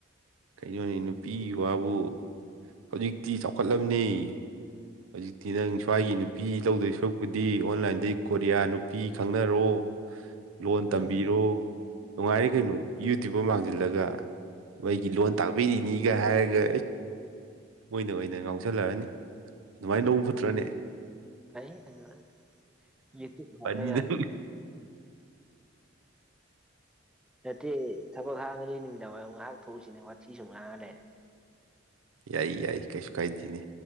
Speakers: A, on the right; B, in the centre.
A: ꯀꯩꯅꯣꯅꯦ ꯅꯨꯄꯤ ꯋꯥꯕꯨ ꯍꯧꯖꯤꯛꯇꯤ ꯆꯥꯎꯈꯠꯂꯕꯅꯦ ꯍꯧꯖꯤꯛꯇꯤ ꯅꯪ ꯁ꯭ꯋꯥꯏꯒꯤ ꯅꯨꯄꯤ ꯂꯧꯗꯣꯏ ꯁꯔꯨꯛꯄꯨꯗꯤ ꯑꯣꯟꯂꯥꯏꯟꯗꯩ ꯀꯣꯔꯤꯌꯥ ꯅꯨꯄꯤ ꯈꯪꯅꯔꯣ ꯂꯣꯟ
B: ꯎꯝ
A: ꯇꯝꯕꯤꯔꯣ ꯅꯨꯡꯉꯥꯏꯔꯦ ꯀꯩꯅꯣ ꯌꯨ ꯇꯨꯕ ꯑꯃ ꯍꯥꯡꯁꯤꯜꯂꯒ ꯃꯣꯏꯒꯤ ꯂꯣꯟ ꯇꯥꯛꯄꯤꯔꯤꯅꯤꯒ ꯍꯥꯏꯔꯒ ꯃꯣꯏꯅ ꯑꯣꯏꯅ ꯉꯥꯎꯁꯜꯂꯛꯑꯅꯤ ꯑꯗꯨꯃꯥꯏꯅ ꯂꯧꯕ ꯐꯠꯇ꯭ꯔꯣꯅꯦ
B: ꯐꯩ ꯑꯗꯨꯅ ꯌꯨ ꯇꯨꯕ ꯍꯥꯡꯉꯒ
A: ꯐꯅꯤ ꯅꯪ
B: ꯅꯠꯇꯦ ꯊ ꯅꯪ ꯍꯥꯡꯉꯗꯤ ꯅꯨꯃꯤꯗꯥꯡ ꯋꯥꯏꯔꯝ ꯉꯥꯏꯍꯥꯛ ꯊꯣꯛꯎꯁꯤꯅꯦ ꯋꯥꯊꯤ ꯁꯨꯝ ꯉꯥꯡꯉ ꯂꯩꯔꯦ
A: ꯌꯥꯏ ꯌꯥꯏ ꯀꯩꯁꯨ ꯀꯥꯏꯗꯦꯅꯦ